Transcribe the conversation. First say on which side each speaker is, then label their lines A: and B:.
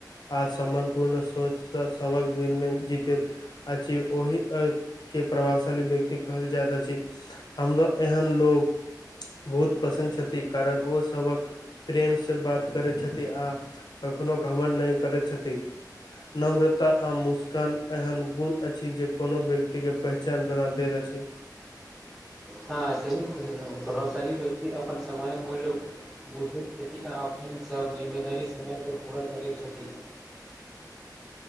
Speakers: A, on the left; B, in the centre.
A: आ सम्मान पूर्ण सोचसॅं सबक दिलमे जीतैत अछि ओहि ए-के प्रभावशाली व्यक्ति कहल जायत अछि हमरो एहन लोग बहुत पसिन छथि कारण ओ। सबक प्रेम से बात करै छथि आ कखनो घमन नय करैत छथि। नम्रता आ मुस्कान एहन गुण अछि जे कोनो व्यक्तिके पहचान बना दैत अछि।
B: हाॅं सही केहलौं प्रभावशाली व्यक्ति अपन समय मूल्य। बुझैत छथि आ अपन सभ जिम्मेदारी समय पर पूरा करैत छथि।